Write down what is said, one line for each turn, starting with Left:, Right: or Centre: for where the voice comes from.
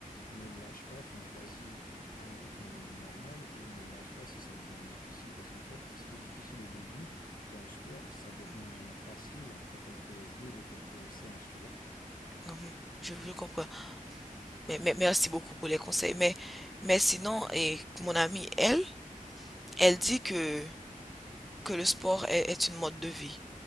Left: ne lâche pas, enfin, vas-y à un rythme normal et ne lâche pas si ça devient difficile parce qu'en fait, ce qui est difficile au début dans le sport, ça devient
Centre: Mhm.
Left: facile après quelques jours ou quelques séances, tu vois.
Centre: Mhm. Je,
Left: Il
Centre: je
Left: f-
Centre: comprends. Mais, mais- merci beaucoup pour les conseils. Mais, mais sinon, et mon amie, elle, elle dit que, que le sport est, est une mode de vie.